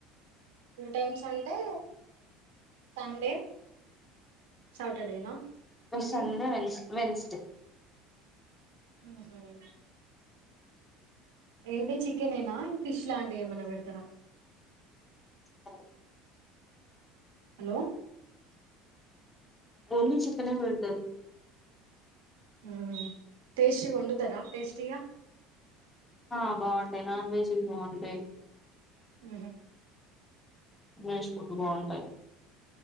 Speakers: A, on the right (about 80°); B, on the left (about 20°).
A: two times అంటే సండే సాటర్డేనా వీక్లీ
B: ఇ సండే వెన్స్ వెన్స్డే
A: ఆహా ఏంటి చికెన్ ఏనా ఫిష్ లాంటివి ఏమనా పెడతారా
B: అవు
A: హలో
B: ఒన్వి చెప్పనే వెడుతరు
A: హ టేస్టి ఉండదరా టేస్టీగా
B: ఆ బాగుంటాయి నాన్ వెజ్ బాగుంటాయి
A: ఆ
B: నష్ ఫుట్ బన్ంటా